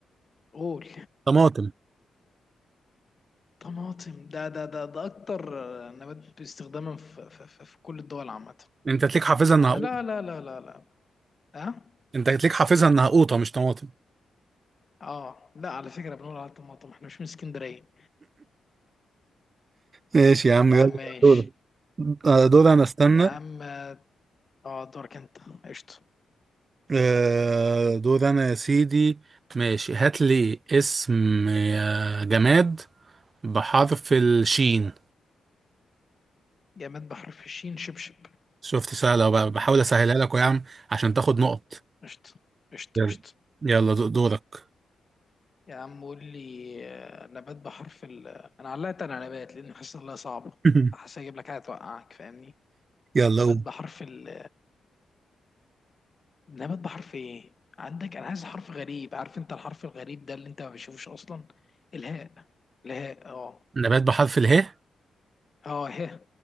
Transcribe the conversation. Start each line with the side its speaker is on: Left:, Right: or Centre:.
Left: قول
Right: طماطم
Left: طماطم ده ده ده ده اكتر آه، نبات استخداما في, في, في, في كل الدول عامه
Right: أنت تليك حافظها إنها
Left: انا
Right: قوطة
Left: لا لا لا لا لا ها
Right: أنت تليك حافظها إنها قوطة مش طماطم
Left: اه لا على فكره بنقول على الطماطم احنا مش من اسكندريه
Right: ماشي يا عم
Left: يا
Right: يلا
Left: عم ماشي
Right: دور دور انا استنى
Left: يا عم اه دورك انت قشطة
Right: آه، دور انا يا سيدي ماشي هات لي اسم آه، جماد بحرف الشين
Left: جماد بحر في الشين شبشب
Right: شفت سهلة وب- بحاول أسهلها لك يا عم عشان تاخد نقط
Left: قشطة قشطة
Right: يلا
Left: قشطة
Right: يلا دو- دورك
Left: يا عم قول لي آه، نبات بحرف ال انا علقت على نبات لان حاسس انها صعبة
Right: <laughs>
Left: حاسس اجيب لك حاجة توقعك فاهمني
Right: يلا
Left: نبات
Right: قول
Left: بحرف ال نبات بحرف ايه عندك انا عايز حرف غريب عارف انت الحرف الغريب ده اللي انت ما بتشوفوش اصلا الهاء الهاء اه
Right: نبات بحرف اله
Left: اه ها